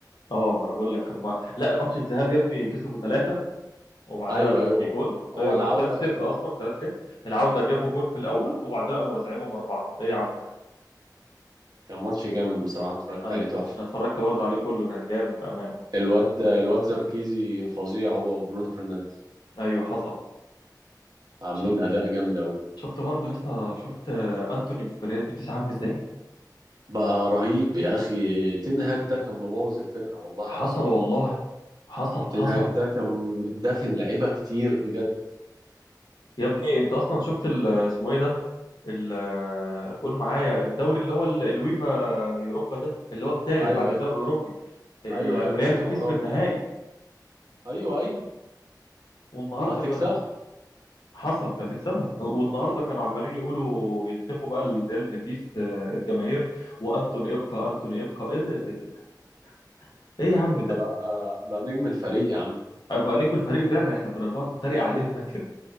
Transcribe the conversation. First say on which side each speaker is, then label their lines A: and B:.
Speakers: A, on the left (about 75°); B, on the right (about 60°).
A: اه ما انا بقول لك كم... لا ماتش الذهاب يا ابني كسبوا ثلاثة وبعدها
B: ايوه ايوه
A: جه جون
B: اول عودة
A: ثلاثة صفر
B: كانت
A: اصلا ثلاثة صفر العودة جابوا
B: ايوه
A: جون في الاول وبعدها قاموا رازعينهم اربعة ايه يا عم ده
B: كان ماتش جامد بصراحة اتفرجت
A: ايوه
B: عليه تحفة
A: انا اتفرجت برضه عليه كله كان جامد بامان
B: الواد الواد زركيزي فظيع هو وبرونو فرنانديز
A: ايوه حصل
B: عاملين
A: شفت
B: اداء جامد قوي
A: شفت برضه يا اسطى شفت آه، انتوني في ريال بيتيس عامل ازاي
B: بقى رهيب يا اخي تنهاج ده كان مبوظ الفرقة والله
A: حصل
B: العظيم
A: والله حصل حصل
B: تنهاج ده كان دافن لعيبة كتير بجد
A: يا ابني انت اصلا شفت ال... اسمه ايه ده ال... آه، قول معايا الدوري اللي هو ال- الويفا يوروبا ده اللي هو الثالث
B: ايوه
A: بعد الدوري
B: ايوه
A: الاوروبي آه،
B: ايوه ايوه
A: ريال
B: المؤتمرات
A: بيتيس في النهائي
B: ايوه ايوه
A: والنهارده
B: وهتكسبها
A: كانوا حصل كانت تكسبها والنهارده كانوا عمالين يقولوا يهتفوا بقى لريال بيتيس آه، الجماهير وانتوني ابقى انتوني ابقى ايه ده, ده, ده, إيه ده. ايه يا عم ده
B: فبقى بقى نجم الفريق يا عم
A: ابقى نجم الفريق فعلا احنا كنا بنقعد نتريق عليه فاكر